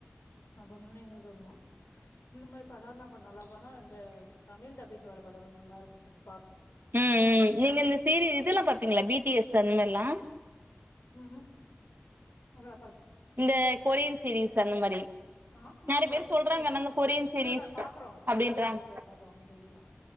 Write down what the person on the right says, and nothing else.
உம் ம் நீங்க இந்த சீர இதெல்லா பாப்பீங்களா பி டி எஸ் அந்த மாதிர எல்லா
இந்த கொரியன் சீரீஸ் அந்த மாரி
நெறைய
பேர் சொல்றாங்க
ஆனா இந்த கொரியன்
சீரீஸ்
அப்டின்றாங்க